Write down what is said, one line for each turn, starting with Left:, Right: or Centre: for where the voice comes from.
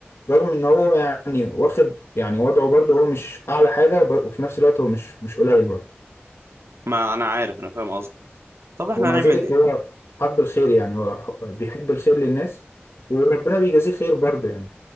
Left: رغم إن هو يعني واخد يعني وضعه برضه هو مش أعلى حاجة وب- وفي نفس الوقت هو مش مش قليل برضه
Right: ما انا عارف انا فاهم قصدك طب احنا
Left: ومع
Right: هنعمل
Left: ذلك
Right: إيه؟
Left: هو حب الخير يعني هو ح- بيحب الخير للناس وربنا بيجازيه خير برضه يعني